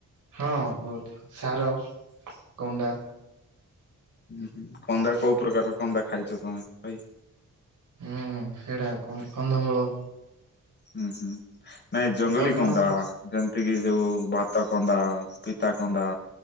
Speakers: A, on the right (about 70°); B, on the left (about 30°).
A: ହଁ ବହୁତ ସାର କନ୍ଦା।
B: ହୁଁ ହୁଁ କନ୍ଦା କୋଉ ପ୍ରକାର କନ୍ଦା ଖାଇଚ ତମେ ଭାଇ?
A: ହୁଁ ସେଇଟା <unintelligible> କନ୍ଦମୂଳ।
B: ହୁଁ ହୁଁ ନାଇଁ ଜଙ୍ଗଲୀ
A: କଣ
B: କନ୍ଦା
A: କଣ
B: ଯେମତି କିି ଯୋଉ ଭାତ କନ୍ଦା ପିତା କନ୍ଦା।